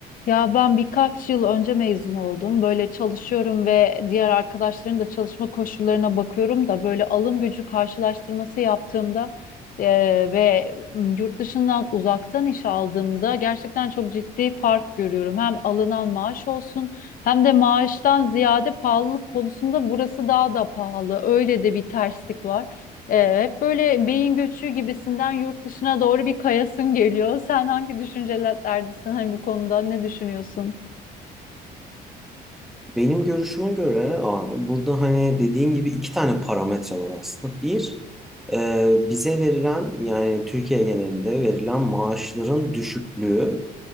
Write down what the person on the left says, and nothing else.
Ya ben birkaç yıl önce mezun oldum. Böyle çalışıyorum ve diğer arkadaşların da çalışma koşullarına bakıyorum da böyle alım gücü karşılaştırması yaptığımda eee, ve yurt dışından uzaktan iş aldığımda gerçekten çok ciddi fark görüyorum. Hem alınan maaş olsun hem de maaştan ziyade pahalılık konusunda burası daha da pahalı. Öyle de bir terslik var. Ee, hep böyle beyin göçü gibisinden yurt dışına doğru bir kayasın geliyor. Sen hangi düşüncelerdesin hani bu konuda ne düşünüyorsun?